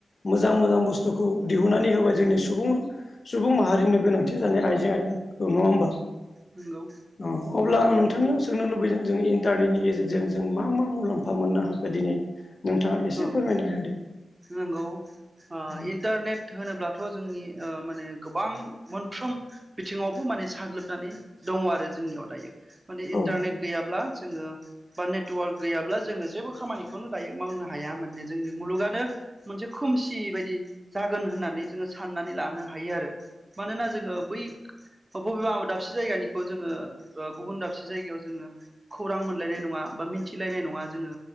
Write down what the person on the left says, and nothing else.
मोजां मोजां बुस्थुखौ दिहुननानै होबाय जोंनि सुबुं सुबुं माहारिनि गोनांथि जानाय आइजें आयलाफोरखौ नङा होमबा
औ अब्ला आं नोंथांनियाव सोंनो लुबैदों जों इन्टारनेटनि गेजेरजों जों मा मा मुलाम्फा मोननो हाखो दिनै नोंथाङा एसे
फोरमायना होदो
औ
औ